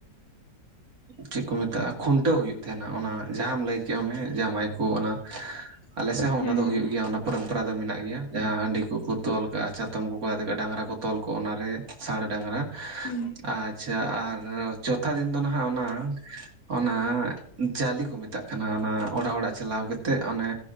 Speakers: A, on the right; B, on the left.
A: ᱪᱮᱫ ᱠᱚ ᱢᱮᱛᱟᱜᱼᱟ? ᱠᱷᱩᱱᱴᱟᱹᱣ ᱦᱩᱭᱩᱜ ᱛᱟᱦᱮᱱᱟ ᱚᱱᱟ ᱡᱟᱦᱟᱢ ᱞᱟᱹᱭ ᱠᱮᱜ ᱚᱱᱮ ᱡᱟᱶᱟᱭ ᱠᱚ ᱚᱱᱟ᱾ ᱟᱞᱮ ᱥᱮᱫ ᱦᱚᱸ
B: ᱦᱩᱸ
A: ᱚᱱᱟ ᱫᱚ ᱦᱩᱭᱩᱜ
B: ᱦᱩᱸ
A: ᱜᱮᱭᱟ ᱚᱱᱟ ᱯᱟᱹᱨᱟᱹᱢᱯᱟᱨᱟ ᱫᱚ ᱢᱮᱱᱟᱜ ᱜᱮᱭᱟ ᱡᱟᱦᱟᱸ ᱦᱟᱺᱰᱤ ᱠᱚ ᱠᱚ ᱛᱚᱞ ᱠᱟᱜᱼᱟ ᱪᱟᱛᱚᱢ ᱠᱚ ᱠᱚ ᱞᱟᱫᱮ ᱠᱟᱜ-ᱟ᱾ ᱰᱟᱝᱨᱟ ᱠᱚ <unintelligible> ᱛᱚᱞ ᱠᱚᱜ ᱚᱱᱟ ᱨᱮ ᱥᱟᱬ ᱰᱟᱝᱨᱟ᱾
B: ᱦᱩᱸ
A: ᱟᱪᱷᱟ ᱟᱨ ᱪᱳᱛᱷᱟ ᱫᱤᱱ ᱫᱚ ᱱᱟᱦᱟᱸᱜ ᱚᱱᱟ᱾ ᱚᱱᱟ ᱡᱟᱞᱤ ᱠᱚ ᱢᱮᱛᱟᱜ ᱛᱟᱦᱮᱱᱟ ᱚᱱᱟ ᱚᱲᱟᱜ ᱚᱲᱟᱜ ᱪᱟᱞᱟᱣ ᱠᱟᱛᱮᱜ ᱚᱱᱮ᱾